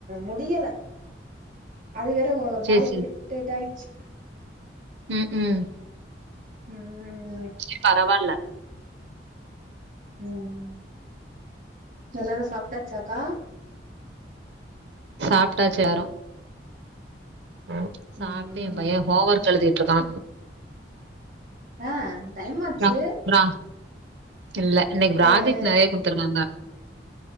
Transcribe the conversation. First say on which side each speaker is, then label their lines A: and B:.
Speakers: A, on the right; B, on the right.
A: முடியல அது வேற ஒரு மாதிரி
B: சேரி சேரி
A: இரிட்டேட் ஆயிடுச்சு
B: ம் ம்
A: ம்
B: சேரி பரவாயில்ல
A: ம் எல்லாரு சாப்ட்டாச்சாக்கா
B: சாப்ட்டாச்சு எல்லாரு ம் சாப்ட்டே
A: ம்
B: எய பைய ஹோம் ஒர்க் எழுதிட்டு இருக்கா
A: ஆ டைம் ஆச்சு
B: ப்ரா ப்ரா இல்ல இன்னிக்கு ப்ராஜெக்ட்
A: ஏ ஏ
B: நெறைய குடுத்துருக்காங்க